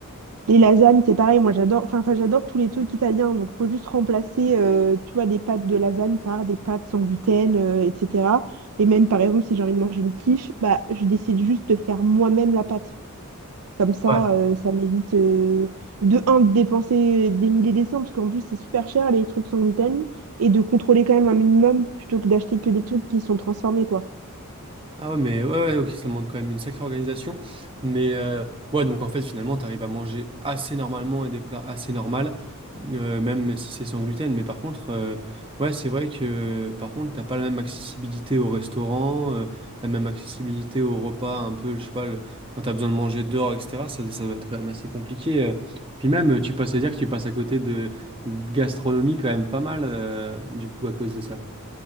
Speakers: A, on the right; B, on the right.
A: les lasagnes, c'est pareil, moi j'adore, enfin, enfin, j'adore tous les trucs italiens, donc faut juste remplacer, euh, tu vois, les pâtes de lasagne par des pâtes sans gluten, euh, etc. Et même par exemple, si j'ai envie de manger une quiche, bah je décide juste de faire moi-même la pâte. Comme ça,
B: Ouais.
A: euh, ça m'évite euh, de un de dépenser des milliers et des cents, parce qu'en plus c'est super cher les trucs sans gluten, et de contrôler quand même un minimum plutôt que d'acheter que des trucs qui sont transformés, quoi.
B: Ah ouais, mais ouais, ouais, ok, ça demande quand même une sacrée organisation. Mais euh, ouais, donc en fait, finalement, t'arrives à manger assez normalement et des plats assez normaux, euh, même si c'est sans gluten. Mais par contre, euh, ouais, c'est vrai que par contre, t'as pas la même accessibilité au restaurant, euh, la même accessibilité au repas, un peu, je sais pas, le- quand t'as besoin de manger dehors, etc. Ça, ça va être quand même assez compliqué. euh. Puis même, tu passes à dire que tu passes à côté de, de gastronomie quand même pas mal, euh, du coup, à cause de ça.